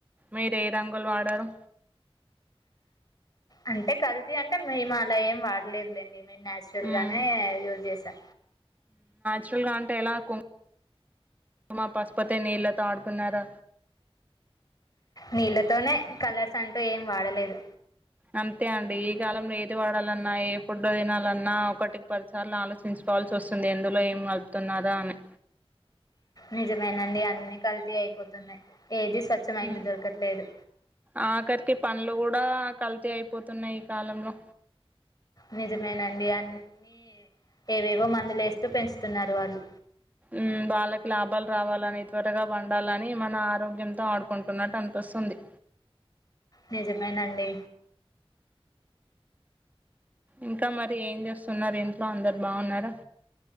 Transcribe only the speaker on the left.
అంతే కల్ ఎ అంటే మేము అలా ఏం వాడలేదులేండి మేము న్యాచురల్
గానే యూజ్ చేసా
నీళ్ళతోనే కలర్స్ అంటూ ఏం వాడలేదు
నిజమేనండి అన్ని కల్తీ అయిపోతున్నాయి ఏది స్వచ్ఛమైంది
దొరకట్లేదు
నిజమేనండి అన్ని ఏవేవో మందులు వేస్తూ పెంచుతున్నారు వాళ్ళు
నిజమేనండి